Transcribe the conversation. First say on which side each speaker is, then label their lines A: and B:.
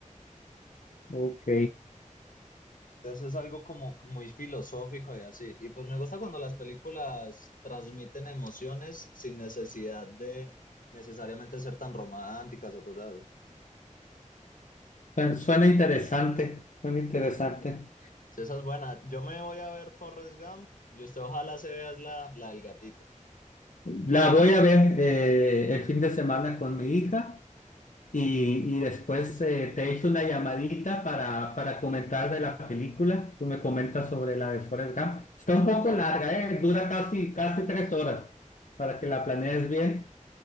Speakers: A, on the left; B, on the left.
A: ok.
B: Entonces es algo como muy filosófico y así. Y pues me gusta cuando las películas transmiten emociones sin necesidad de necesariamente ser tan románticas o cosas así.
A: Suena, suena interesante. Suena interesante.
B: Sí, esa es buena. Yo me voy a ver Forrest Gump y usted ojalá se vea la, la del gatito.
A: La voy a ver eh, el fin de semana con mi hija y, y después eh, te echo una llamadita para, para comentar de la película. Tú me comentas sobre la de Forrest Gump. Está un poco
B: Eh,
A: larga, eh, Dura casi, casi tres horas para que la planees bien.